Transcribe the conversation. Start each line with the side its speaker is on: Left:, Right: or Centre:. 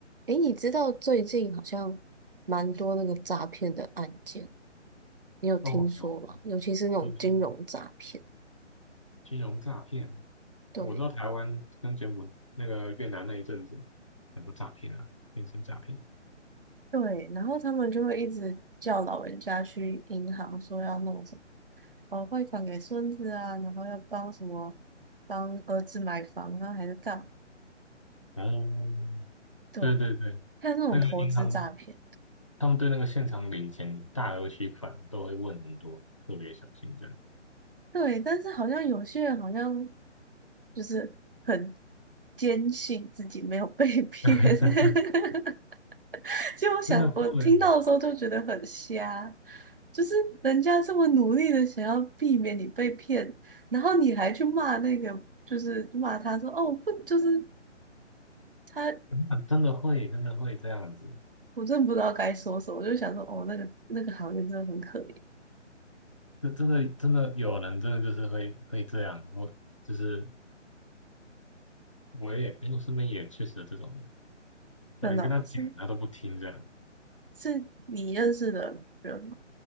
Right: 诶，你知道最近好像蛮多那个诈骗的案件，你有听说吗？
Left: 哦，有
Right: 尤其是那种金融诈骗。
Left: 听说金融诈骗，
Right: 对，
Left: 我知道台湾跟柬埔那个越南那一阵子很多诈骗啊，电信诈骗。
Right: 对，然后他们就会一直叫老人家去银行说要弄什么，哦，汇款给孙子啊，然后要帮什么，帮儿子买房啊，还是干嘛？
Left: 哦，
Right: 对，
Left: 对对对，
Right: 还有那种投资诈骗，
Left: 那个银行他们对那个现场领钱、大额取款都会问很多，特别小心这样。
Right: 对，但是好像有些人好像就是很坚信自己没有被骗，
Left: <laughs>
Right: <laughs> 就我想，
Left: 真的会，
Right: 我听到的时候就觉得很瞎，就是人家这么努力的想要避免你被骗，然后你还去骂那个，就是骂他说哦不，就是他，
Left: 真的真的会，真的会这样子。
Right: 我真的不知道该说什么，我就想说哦那个那个行业真的很可怜，
Left: 这真的真的有人真的就是会会这样，我就是我也，因为我身边也确实有这种人，但你跟他讲他都不听这样。
Right: 真的是是你认识的人吗？